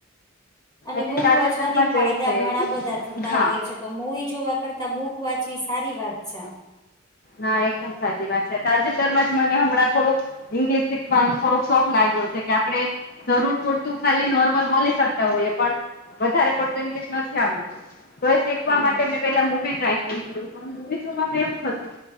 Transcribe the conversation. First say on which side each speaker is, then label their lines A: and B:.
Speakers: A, on the left (about 20°); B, on the left (about 45°).
A: અને
B: હજી
A: બુક
B: તાજેતરમાં
A: વાંચવાથી
B: જ
A: ફાયદા
B: એવું થયેલું
A: ઘણા બધા થતા
B: હા
A: હોય છે. તો મુવી જોવા કરતા બુક વાંચવી સારી વાત છે.
B: ના એકદમ સાચી વાત છે તાજેતરમાં જ મને હમણાં થોડું ઈંગ્લિશ શીખવાનો થોડોક શોખ લાગ્યો છે કે આપડે જરૂર પૂરતું ખાલી નોર્મલ બોલી શકતા હોઈએ પણ વધારે પડતું ઇંગ્લિશ નથી આવડતું તો એ શીખવા
A: હા
B: માટે મેં પેલા મૂવી ટ્રાય કરુ પણ મૂવી જોવામાં એવું થતું